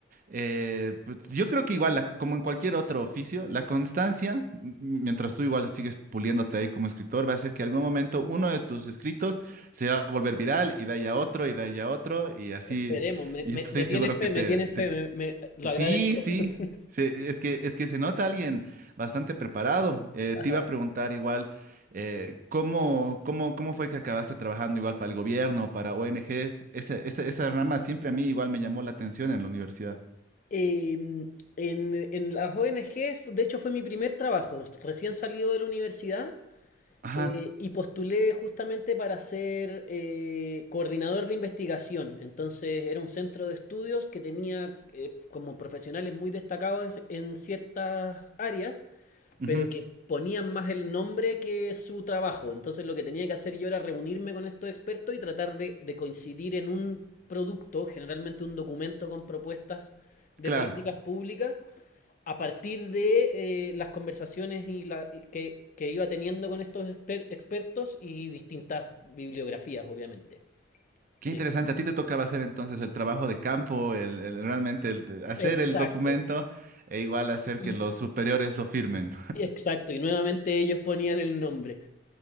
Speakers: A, on the right (about 45°); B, on the left (about 40°).
A: Eh, pues, yo creo que igual, la- como en cualquier otro oficio, la constancia, m- mientras tú igual sigues puliéndote ahí como escritor, va a hacer que algún momento uno de tus escritos se va a volver viral y de ahí a otro y de ahí a otro y así,
B: Esperemos, me,
A: y
B: me,
A: estoy
B: me tiene
A: seguro
B: fe,
A: que te,
B: me tiene fe,
A: te-
B: me, me- lo agradezco.
A: Sí, sí,
B: <laughs>
A: se- es que, es que se nota alguien bastante preparado. Eh,
B: Ajá.
A: te iba a preguntar igual, eh, ¿cómo, cómo, cómo fue que acabaste trabajando igual para el gobierno, para ONGs? Esa, esa, esa rama siempre a mí igual me llamó la atención en la universidad.
B: Eh, en, en las ONGs, de hecho, fue mi primer trabajo. Recién salido de la universidad
A: Ajá.
B: eh, y postulé justamente para ser eh, coordinador de investigación. Entonces, era un centro de estudios que tenía eh, como profesionales muy destacados en ciertas áreas.
A: Ujú,
B: pero que ponían más el nombre que su trabajo. Entonces lo que tenía que hacer yo era reunirme con estos expertos y tratar de, de coincidir en un producto, generalmente un documento con propuestas de
A: claro.
B: políticas públicas, a partir de eh, las conversaciones y la- y que, que iba teniendo con estos exper- expertos y distintas bibliografías, obviamente.
A: Qué
B: Sí.
A: interesante. A ti te tocaba hacer entonces el trabajo de campo, el, el- realmente el- el hacer
B: Exacto.
A: el documento e igual hacer
B: Y,
A: que los superiores lo firmen.
B: exacto. Y nuevamente ellos ponían el nombre.